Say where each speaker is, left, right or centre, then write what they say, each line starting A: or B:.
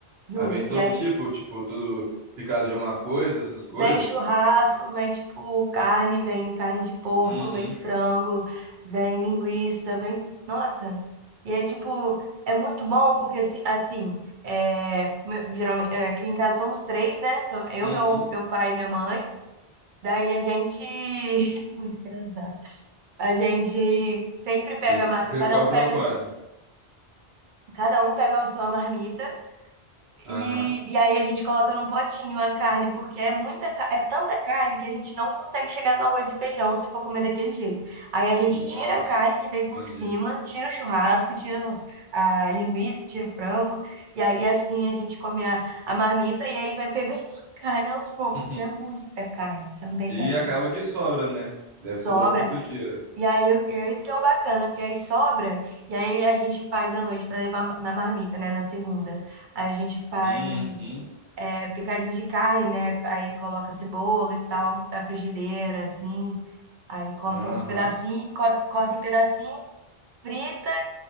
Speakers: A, on the right (about 60°); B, on the right (about 80°).
A: juro.
B: Aí vem todo
A: E aí
B: tipo, tipo, todo picado de alguma coisa, essas coisas.
A: Vem churrasco, vem tipo carne, vem carne de porco,
B: Uhum.
A: vem frango, vem linguiça, vem. Nossa! E é tipo, é muito bom porque assim, assim é, me- geralmente, é, aqui em casa somos três, né? Sou eu,
B: Uhum.
A: meu, meu pai e minha mãe. Daí a gente. <laughs> Muito engraçado. A gente sempre pega.
B: Vocês
A: mar-
B: vocês
A: Cada
B: compram
A: um pega,
B: quantas?
A: cada um pega a sua marmita. E,
B: Aham.
A: e aí a gente coloca num potinho a carne, porque é muita, ca- é tanta carne que a gente não consegue chegar no arroz e feijão se for comer daquele jeito. Aí a gente
B: Nossa.
A: tira a carne que vem por
B: Entendi.
A: cima, tira o churrasco, tira a, sals- a linguiça, tira o frango, e aí assim a gente come a, a marmita e aí vai pegando <laughs> a carne aos poucos,
B: <laughs>
A: porque é muita carne, você não tem
B: E
A: ideia.
B: acaba que sobra, né? Deve sobrar
A: Sobra.
B: pro outro dia.
A: E aí, eu- é isso que é o bacana, porque aí sobra, e aí a gente faz à noite para levar na marmita, né, na segunda. Aí a gente faz
B: Uhum.
A: é, picadinho de carne, né, aí coloca cebola e tal, da frigideira, assim, aí corta
B: Aham.
A: uns pedacinhos, co- corta em pedacinho, frita